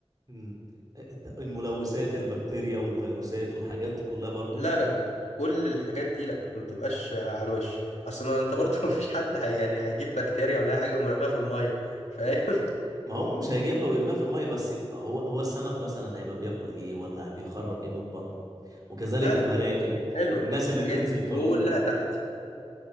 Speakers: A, on the right (about 35°); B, on the left (about 85°).
A: امم الملوثات البكتيريا والفيروسات والحاجات دي كلها برضو
B: لا لا لا كل الحاجات دي لا ما بتبقاش على الوش اصل ما انت برضه <laughs> ما فيش حد هي يعني هيجيب بكتيريا ولا أي حاجه ويقوم راميها في الميه فاهم
A: ما هو مش هيجيبها ويرميها في الميه بس هو هو السمك مثلا هيبقى بياكل ايه ولا بيخرج ايه من بطنه
B: <laughs>
A: وكذلك
B: لا لا
A: المراكب
B: حلو
A: الناس
B: الحاجات
A: اللي بتنزل
B: دي
A: تعوم
B: كلها تحت